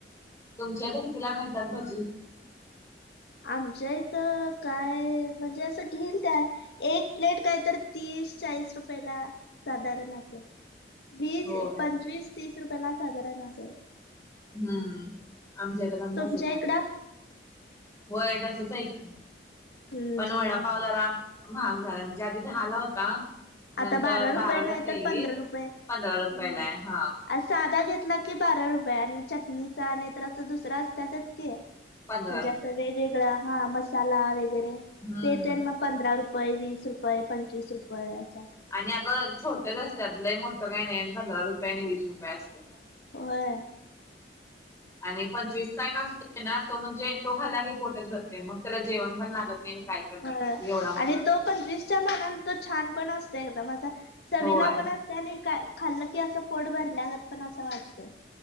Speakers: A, on the left; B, on the left.
A: तुमच्याकडे कितीला मिळतात भजी?
B: आमच्या इथं काय म्हणजे असं घेईल ते काय एक प्लेट काय तर तीस चाळीस रुपयेला साधारण असेल वीस
A: होय.
B: पंचवीस तीस रुपयया ला साधारण असेल
A: हम्म आमच्या इथ पण
B: तुमच्या
A: तसाच आहे
B: इकडं?
A: होय तसच आहे की
B: हम्म
A: पण वडापाव जरा महाग झाला म्हणजे आधी दहाला होता नंतर
B: आता बारा रुपये
A: बाराला
B: नाही
A: केलीत
B: तर पंधरा रुपये हम्म.
A: पंधरा रुपयालाय हा
B: साधा घेतला की बारा रुपये आणि चटणीचा नाहीतर असं दुसरा असतातच की
A: पंधरा
B: म्हणजे
A: रुपये.
B: असं वेगवेगळं हा मसाला वगैरे
A: हम्म
B: ते त्यां मग पंधरा रुपये वीस रुपये पंचवीस रुपये असं असत
A: आणि अगं छोटंच असतात लई मोठं काही नाही आणि पंधरा रुपये आणि वीस रुपये असते
B: हो
A: आणि पंचवीसचा एक का असतोय ना तो म्हणजे तो खाल्ला घे पोटच भरते मग त्याला जेवण पण लागत नाही काय पण
B: ह
A: नाही एवढा मोठा
B: आणि
A: असतोय.
B: तो पंचवीसच्या मानान तो छान पण असतो एकदम असा चवीला
A: होय.
B: पण अस त्याने का खाल्लं की असं पोट भरल्या गत पण असं वाटतं